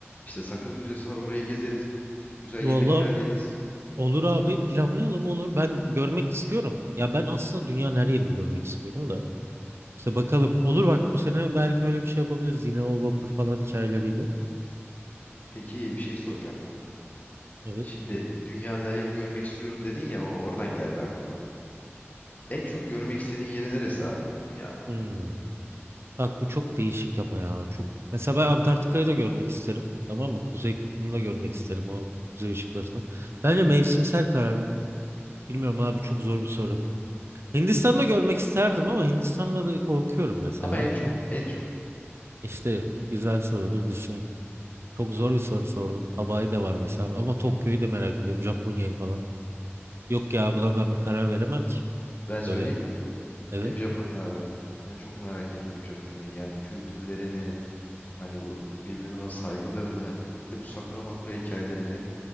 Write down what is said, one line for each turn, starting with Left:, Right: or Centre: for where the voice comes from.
Left: İşte Sakız Müzesi var orayı gezeriz. Güzel
Right: Valla
Left: yemekler yeriz.
Right: Olur abi planlayalım olur. Ben görmek istiyorum. Ya ben aslında dünyanın her yerini görmek istiyorum da. İşte bakalım. Olur bak bu sene belki öyle bir şey yapabiliriz. Yine o vapur falan hikayeleriyle.
Left: Peki bir şey soracağım.
Right: Evet.
Left: Şimdi dünyanın her yerini görmek istiyorum dedin ya o oradan geldi aklıma. En çok görmek istediğin yeri neresi abi dünyanın?
Right: Hmm. Bak bu çok değişik ama ya. Çok... Mesela ben Antarktika'yı da görmek isterim. Tamam mı? Kuzey Kutbu'nu da görmek isterim o kuzey ışıklarını. Bence mevsimsel karar. Bilmiyorum abi çok zor bir soru. Hindistan'da görmek isterdim ama Hindistan'da da korkuyorum mesela.
Left: Ama en çok en çok.
Right: İşte güzel sorudur düşüneyim. Çok zor bir soru sordun. Hawaii'de var mesela. Ama Tokyo'yu da merak ediyorum. Japonya'yı falan. Yok ya buna ben bir karar veremem ki.
Left: Ben söyleyeyim
Right: Öyle.
Left: mi?
Right: Evet.
Left: Benim Japonya abi. Ben çok merak ediyorum Japonya'yı. Yani kültürlerini, hani bu birbirlerine olan saygılarını, bir de bu sakura makura hikayelerini,